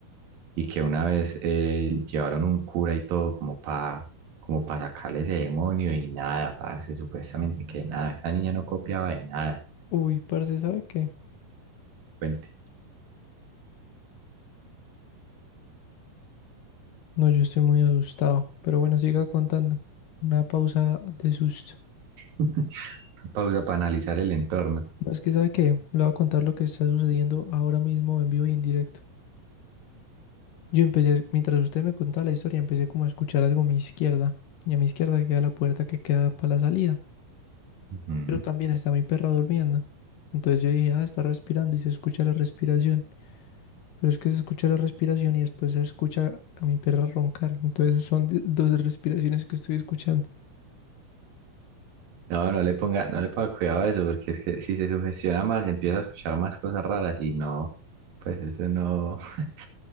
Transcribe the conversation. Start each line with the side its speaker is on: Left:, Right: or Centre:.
Right: Y que una vez eh, llevaron un cura y todo como para como para sacarle ese demonio y nada, parce, supuestamente que nada, esa niña no copiaba de nada.
Left: Uy, parce, ¿sabe qué?
Right: Cuente.
Left: No, yo estoy muy asustado. Pero bueno, siga contando. Una pausa de susto.
Right: <laughs> pausa para analizar el entorno.
Left: No, es que ¿sabe qué? Le voy a contar lo que está sucediendo ahora mismo en vivo y en directo. Yo empecé, mientras usted me contaba la historia, empecé como a escuchar algo a mi izquierda. Y a mi izquierda queda la puerta que queda para la salida.
Right: Ujú.
Left: pero también está mi perra durmiendo. Entonces yo dije, ah, está respirando y se escucha la respiración. Pero es que se escucha la respiración y después se escucha a mi perra roncar. Entonces son di- dos respiraciones que estoy escuchando.
Right: No, no le ponga, no le ponga cuidado a eso, porque es que si se sugestiona más, empieza a escuchar más cosas raras y no, pues eso no, <laughs>